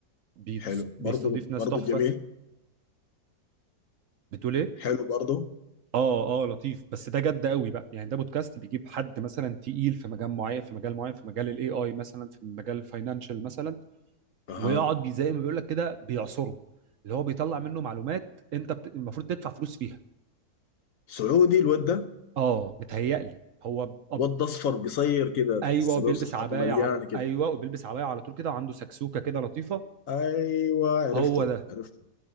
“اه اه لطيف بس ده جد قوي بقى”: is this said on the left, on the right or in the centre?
Right